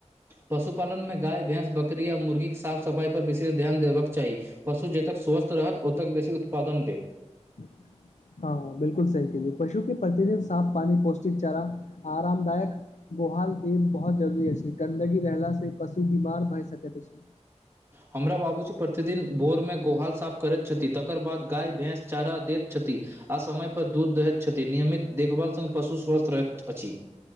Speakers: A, on the right; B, on the left.
A: पशुपालन मे गाय भैंस बकरी और मुर्गी के साफ सफाई पर विशेष ध्यान देबाक के चाही। पशु जतैक स्वस्थ रहत ओतैक बेसी उत्पादन
B: <unintelligible> हाँ बिल्कुल सही कहलिये पशु के प्रतिदिन साफ पानी पौष्टिक चारा आराम दायक गोहाल देब बहुत जरुरी अछि गन्दगी रहला से पशु बीमार भए सकैत अछि।।
A: हमरा बाबूजी प्रतिदिन भोर मे गोहाल साफ करैत छथि तकर बाद गाय भैंस चारा दैत छथि। आ समय पर दूध दहैत छथि नियमित देखभाल से पशु स्वस्थ्य रहैत अछि।